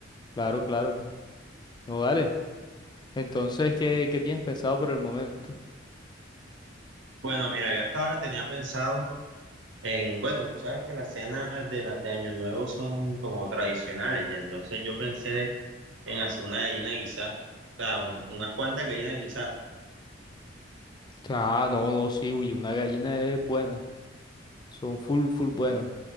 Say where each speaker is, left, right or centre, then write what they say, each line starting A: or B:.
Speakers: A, on the left; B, on the right.
A: claro, claro. No, dale. Entonces, ¿qué, qué tienes pensado por el momento?
B: Bueno, mira, yo hasta ahora tenía pensado en, bueno, tú sabes que las cenas de, de Año Nuevo son como tradicionales ya, entonces yo pensé en hacer una gallina quizás, o sea, un- unas cuantas gallinas quizás.
A: Ah, no, no, sí, uy, una gallina es buena. Son full, full buenas.